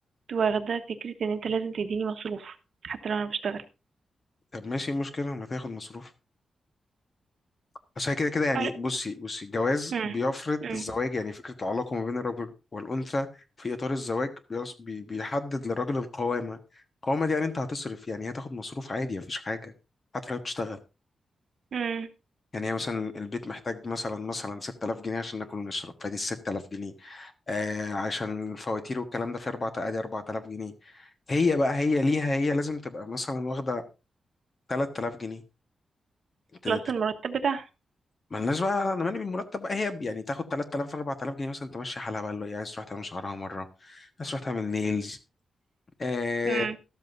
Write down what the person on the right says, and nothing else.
واخدة فكرة ان انت لازم تديني مصروف حتى لو انا بشتغل
أر-
امم
امم
امم
بلس
المرتب بتاعها
امم